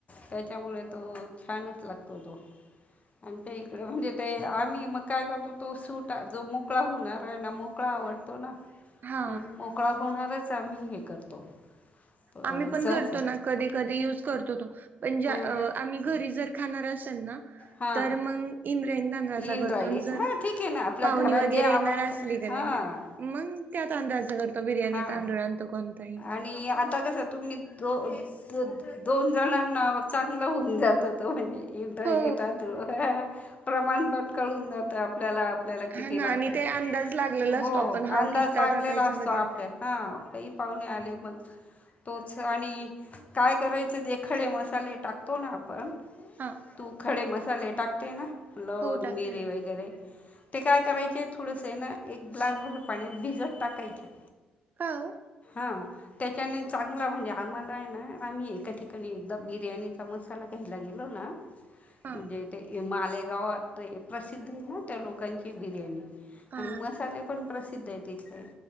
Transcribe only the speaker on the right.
हा
आम्ही पण
करतो ना कधी कधी युज करतो तो. पणजे
अं आम्ही घरी जर खाणार असल ना
तर मगं- इंद्रयणी तांदळाचा
करतो, न जर
पाहुणी
वगैरे
येणार असली का
नाही- मंग त्या तांदळाच करतो बिर्याणी
तांदूळ आणतो कोणताही.
हो
हा ना
आणि ते अंदाज लागलेला
असतो आपण हा
किस्ता
टाकायचा
वगैरे
हां
हो टाकते
ना
हा ह
हा
हा